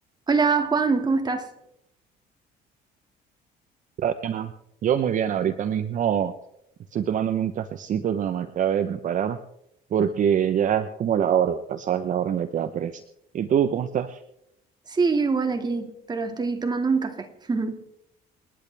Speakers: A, on the right; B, on the right.
A: Hola Juan, ¿cómo estás?
B: Hola, Diana. Yo muy bien, ahorita mismo estoy tomándome un cafecito que me acabé de preparar porque ya es como la hora, ¿sabes? La hora en la que da pereza. ¿Y tú cómo estás?
A: Sí, yo igual aquí, pero estoy tomando un café. <laughs>